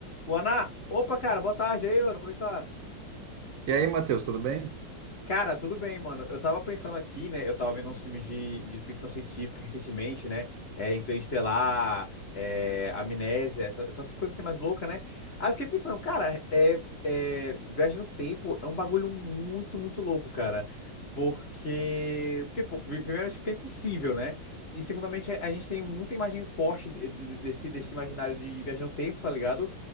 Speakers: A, on the left; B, on the right.
A: O Ana, opa, cara, boa tarde aí, mano. Como é que tá?
B: E aí, Matheus, tudo bem?
A: Cara, tudo bem, mano. Eu tava pensando aqui, né? Eu tava vendo um filme de, de ficção científica recentemente, né? É, Interestelar, é, Amnésia, essa- essas coisas assim mais loucas, né? Aí eu fiquei pensando, cara, é, é, viagem no tempo é um bagulho muito, muito louco, cara. Porque, porque pô, pri- primeiro, tipo, que é impossível, né? E, segundamente, a a gente tem muita imagem forte de- de- desse, desse imaginário de viagem no tempo, tá ligado?